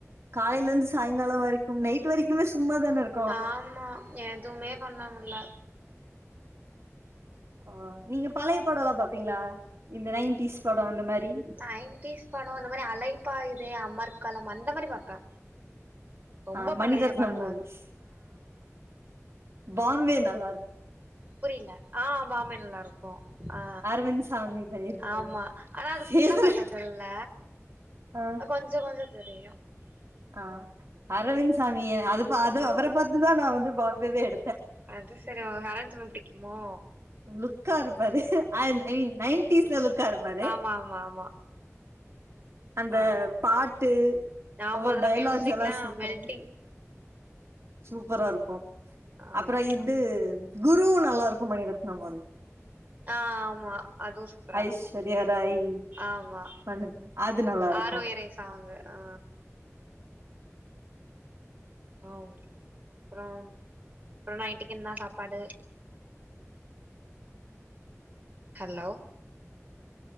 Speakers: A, on the right; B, on the right.
A: காலேல இருந்து சாயங்காலோ வரைக்கு நைட் வரைக்குமே சும்மா தான இருக்கு
B: ஆமா எதுமே பண்ண முடில
A: ஓ நீங்க பழய படோ எல்லா பாப்பீங்களா இந்த நைன்டீஸ் படோ அந்த மாரி
B: நைன்டீஸ் படோ இந்த மாரி அலைப்பாயுதே அமர்களம் அந்த மாரி பாப்பே ரொம்ப
A: ஆ மணிரத்னம்
B: பழய படபாத்த
A: மூவிஸ் பாம்பே நல்லா இருக்கு
B: புரில ஆ பாம்பே நல்லா இருக்கு ஆ
A: அரவிந்த் சாமி பண்ணிருப்பாரு
B: ஆமா ஆனா அது
A: ஃபேவரட்
B: ஃபுல்லா பாத்தா தெர்ல
A: ஆ
B: கொஞ்சோ கொஞ்சோ தெரியு
A: ஆ அரவிந்த்சாமிய அதுப்ப அது அவர பாத்துதா நா வந்து <unintelligible> எடுத்தே
B: அது செரி உ அரவிந்த் சாமி புடிக்குமோ
A: லுக்காருப்பாரு ஐ இன் நைன்டீஸ்ல லுக்காருப்பாரு
B: ஆமா ஆமா
A: அந்த
B: ஆ
A: பாட்டு
B: ஆமா
A: ஒவ்வொரு
B: அதுல
A: டைலாக்ஸெல்லா
B: மியூசிக்லா
A: சூப்பரா
B: மெல்டிங்
A: சூப்பரா இருக்கு
B: ஆமா
A: அப்றோ இது குருவு நல்லா இருக்கு மணிரத்னமோட
B: ஆமா அதுவு சூப்பரா
A: ஐஸ்வர்யா
B: இருக்கு
A: ராய்
B: ஆமா
A: பண்ணுது அது நல்லா இருக்கு
B: ஆருயிரே தாங்க ஆ ஆ அப்பறம் அப்றோ நைட்டுக்கு என்ன சாப்பாடு ஹலோ